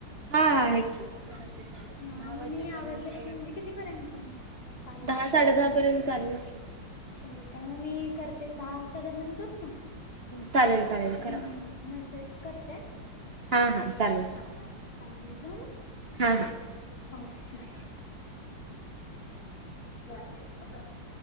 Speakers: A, on the right; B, on the left.
A: हा हा आहे की. करा चालू
B: हा
A: दहा
B: मग
A: वाजेपर्यंत
B: मी आवरलं की म्हणजे कितीपर्यंत हो चालेल
A: दहा साडे
B: कॉल
A: दहा पर्यंत चालू <unintelligible>
B: ठीक आहे मग मी करते दहाच्या दरम्यान करू का?
A: चालेल चालेल करा.
B: हम्म मेसेज करते.
A: हा हां चालेल.
B: हा चालेल ठेवू
A: हा हा
B: मग बाय. ह <inaudible>